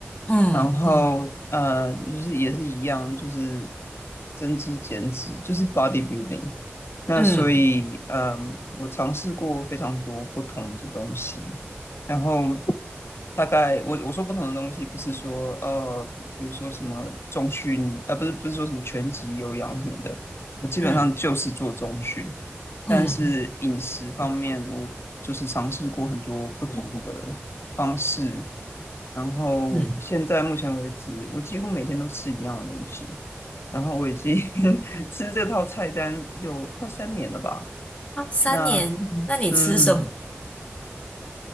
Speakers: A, on the left; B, on the left.
A: 嗯嗯
B: 然后呃，就是也是一样，就是增肌减脂，就是 bodybuilding。那所以，
A: 嗯
B: 嗯，我尝试过非常多不同的东西，然后大概我我说不同的东西，不是说呃，比如说什么中训，啊，不是不是说什么拳击、有氧什么的，我基本上就是做中训，
A: 嗯
B: 但是饮食方面，
A: 嗯
B: 我就是尝试过很多不同的方式。然后现在目前为止，
A: 嗯，
B: 我几乎每天都吃一样的东西。然后我已经 <laughs> 吃这套菜单有快三年了吧？
A: 啊三年，
B: 那
A: 那你吃什么？
B: 嗯，